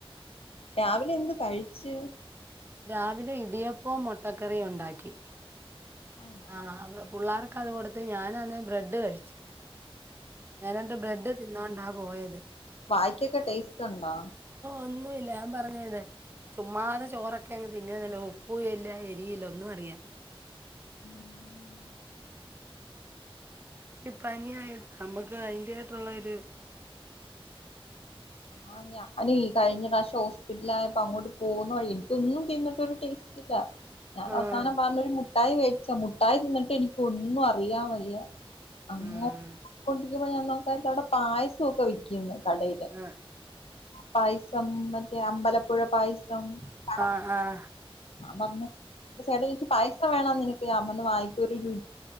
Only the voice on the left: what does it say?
രാവിലെ എന്ത് കഴിച്ച്?
ആണോ
വായിക്കക്കെ ടേസ്റ്റ് ഇട്ടുണ്ടോ?
ഉം.
ആ ഞാന് ഈ കഴിഞ്ഞ പ്രാവശ്യം ഹോസ്പിറ്റലായപ്പോ അങ്ങോട്ട് പോകുന്ന വഴി എനിക്ക് ഒന്നും തിന്നിട്ടൊരു ടേസ്റ്റ് ഇല്ല. ഞാൻ
അവസാനം പറഞ്ഞൊരു മു മുട്ടായി മേടിച്ചു. മുട്ടായി തിന്നിട്ട് എനിക്ക് ഒന്നും അറിയാൻ വയ്യ. അങ്ങോ
പ്പോയി ഞാൻ നോക്കാൻ. അവിടെ പായസം ഒക്കെ വിൽക്കുന്നു കടയില്.
പായ മറ്റേ അമ്പലം പ്പുഴ പായസം
ആ
പറഞ്ഞോ? അപ്പം ചേട്ടൻ ചോദിച്ചു പായസം വേണോ നിനക്ക്? <unintelligible> രുചി